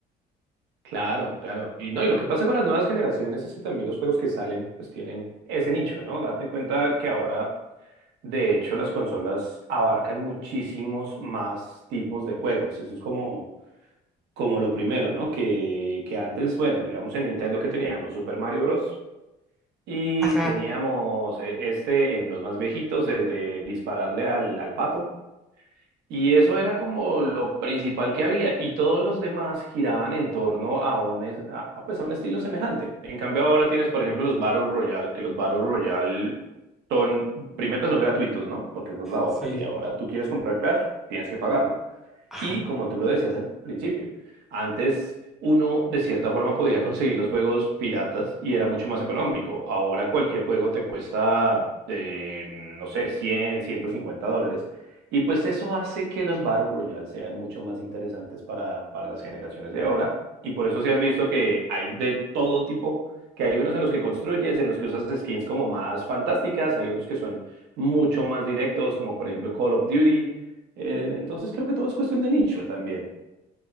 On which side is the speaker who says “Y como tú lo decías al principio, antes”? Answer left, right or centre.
Right